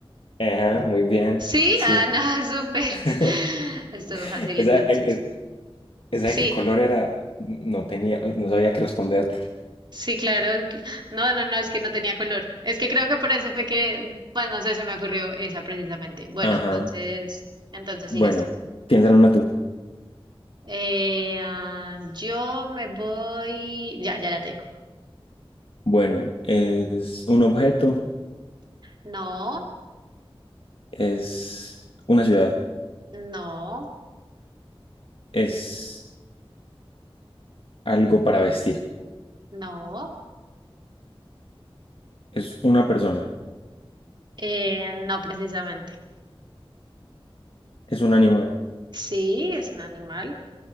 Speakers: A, on the left; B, on the right.
A: Ajá, muy bien.
B: Sí,
A: Sí.
B: ah, no, <laughs> súper.
A: <laughs>
B: Estuvo fácil
A: Esa,
B: entonces.
A: es- esa
B: Sí,
A: de qué color era, no tenía, no sabía qué responder
B: Sí, claro. que- No, no, no, es que no tenía color. Es que creo que por eso fue que, pues no sé, se me ocurrió esa precisamente. Bueno,
A: Ajá.
B: entonces, entonces
A: Bueno,
B: sigues tú.
A: piensa en una tú.
B: Eh, ah, yo me voy. Ya, ya la tengo.
A: Bueno, es un objeto.
B: No,
A: es una ciudad,
B: no,
A: es algo para vestir,
B: no,
A: es una persona,
B: eh, no precisamente.
A: es un animal,
B: Sí, es un animal.